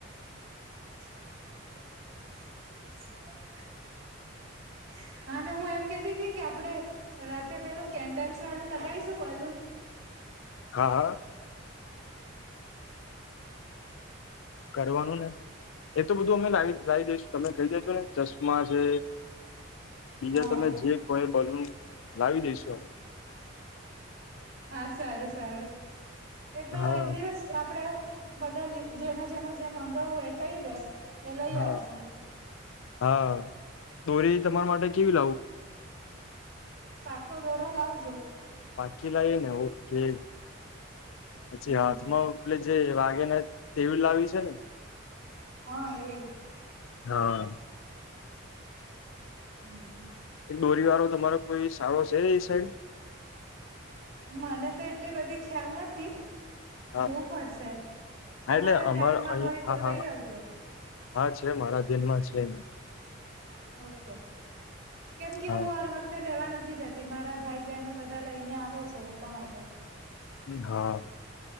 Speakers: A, on the right (about 85°); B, on the left (about 80°).
A: <inaudible> અને હું એમ કેતી હતી કે આપડે રાત્રે પેલું કેન્ડલ્સ વાળું લગાવીશ બલુંન
B: હા હા કરવાનું ને એ તો બધું અમે લ લાવી દઈશું તમે કઈ દેજો ને ચશ્મા છે બીજા
A: હા
B: તમે જે કોઈ બલુંન લાવી દઈશુ અમે
A: હા સારું સારું એ તો
B: હા
A: એક દિવસ આપડે બધા જેના જેને જે મંગાવું હોય એ કહી દે એ લઈ
B: હા
A: આવશું
B: હા દોરી તમારા માટે કેવી લાવું
A: પાકો દોરો લાવજો
B: પાકી લાઈએ ને ઓકે પછી
A: હમ
B: હાથમાં આપલે જે વાગેના તેવી લાવી છે ને
A: હા એવી
B: હા
A: હમ હમ
B: દોરી વાળો તમારો કોઈ સારો છે એ સાઈડ
A: મને તો એટલી બધી ખ્યાલ નથી
B: હા
A: જોવું પડશે
B: હા
A: તમારા
B: એટલે અમાર
A: ધ્યાનમાં
B: અહીંયા
A: હોય તો
B: હા
A: લઈ
B: હા
A: આવજો
B: હા છે મારા ધ્યાનમાં છે
A: ઓકે કેમ કે
B: હા
A: હું હર વખતે લેવા નથી નથી જતી મારા ભાઈ બહેનો બધા લઈને આવે છે એટલા માટે
B: હા